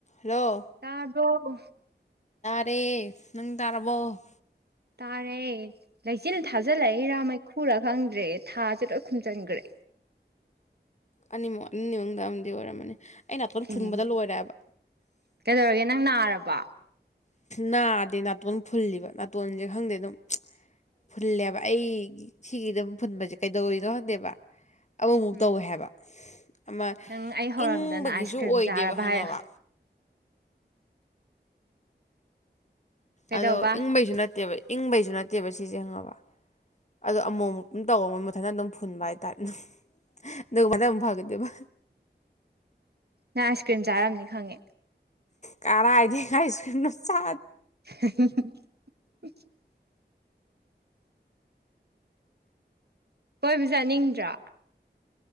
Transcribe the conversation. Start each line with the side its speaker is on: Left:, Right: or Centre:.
Left: hello
Right: ꯇꯥꯔꯕꯣ
Left: ꯔꯦ ꯅꯪ ꯇꯥꯔꯕꯣ
Right: ꯇꯥꯔꯦ ꯂꯩꯆꯤꯟ ꯊꯥꯖꯤꯜꯂꯛ ꯏꯔꯥ ꯃꯩꯈꯨꯔꯥ ꯈꯪꯗ꯭ꯔꯦ ꯊꯥꯖꯦ ꯂꯣꯏ ꯈꯨꯝꯖꯟꯈ꯭ꯔꯦ
Left: ꯑꯅꯤꯃꯛ ꯑꯅꯤ ꯃꯅꯨꯡꯗ ꯑꯃꯗꯤ ꯑꯣꯏꯔꯝꯃꯅꯤ ꯑꯩ ꯅꯥꯇꯣꯟ ꯐꯨꯟꯕꯗ
Right: ꯎꯝ
Left: ꯂꯣꯏꯔꯦꯕ
Right: ꯀꯩꯗꯧꯔꯒꯦ ꯅꯪ ꯅꯥꯔꯕꯣ
Left: ꯅꯥꯗꯦ ꯅꯥꯇꯣꯟ ꯐꯨꯜꯂꯤꯕ ꯅꯥꯇꯣꯟꯖꯦ ꯈꯪꯗꯦ ꯑꯗꯨꯝ ꯐꯨꯜꯂꯦꯕ ꯑꯩꯒꯤ ꯁꯤꯒꯤꯗꯝ ꯐꯨꯟꯕꯁꯖꯦ ꯀꯩꯗꯧꯋꯤꯅꯣ ꯈꯪꯗꯦꯕ ꯑꯃꯃꯨꯛ
Right: ꯎꯝ
Left: ꯇꯧꯋꯦ ꯍꯥꯏꯕ ꯑꯃ
Right: ꯅꯪ ꯑꯩ ꯍꯧꯔꯝꯗꯅ
Left: ꯏꯪꯕꯒꯤꯁꯨ
Right: ꯑꯥꯏꯁ ꯀ꯭ꯔꯤꯝ
Left: ꯑꯣꯏꯗꯦꯕ
Right: ꯆꯥꯔꯕ
Left: ꯈꯪꯉꯕ
Right: ꯍꯥꯏꯌꯣ ꯀꯩꯗꯧꯕ
Left: ꯑꯗꯣ ꯏꯪꯕꯩꯁꯨ ꯅꯠꯇꯦꯕ ꯏꯪꯕꯩꯁꯨ ꯅꯠꯇꯦꯕ ꯁꯤꯁꯦ ꯈꯪꯉꯕ ꯑꯗꯣ ꯑꯃꯨꯛ ꯑꯃꯨꯛ ꯗꯨꯝ ꯇꯧꯕ ꯃꯊꯟꯇ ꯑꯗꯨꯝ ꯐꯨꯟꯕ ꯍꯥꯏꯇꯥꯥꯏꯔꯦ ꯑꯗꯨꯝ <unintelligible> ꯐꯥꯒꯤꯗꯣꯢꯕ
Right: ꯅꯪ ꯑꯥꯏꯁ ꯀ꯭ꯔꯤꯝ ꯆꯥꯔꯝꯅꯤ ꯈꯪꯉꯦ
Left: ꯀꯔꯥꯢ ꯑꯥꯏꯁꯀ꯭ꯔꯤꯝ ꯅꯣ ꯆꯥ
Right: <unintelligible> ꯀꯣꯏꯕ ꯆꯥꯠꯅꯤꯡꯗ꯭ꯔꯣ